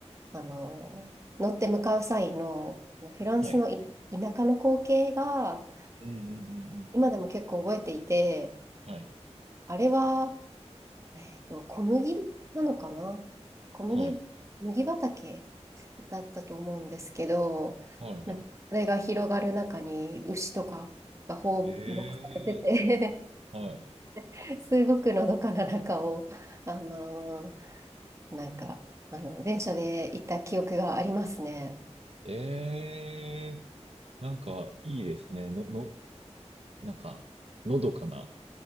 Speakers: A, on the right; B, on the right.
A: あの、乗って向かう際のフランスのい田舎の光景が
B: はい。うんうんうんうん。
A: 今でも結構覚えていて、
B: はい。
A: あれは、えっと、小麦なのかな小麦、
B: はい。
A: 麦畑だったと思うんですけど、
B: はいはい。
A: なそれが広がる中に牛とかが放牧されてて
B: ええーはい。
A: <laughs> すごくのどかな中を、あのなんか、あの、電車で行った記憶がありますね。
B: ええーなんか、いいですね。の、の、なんか、のどかな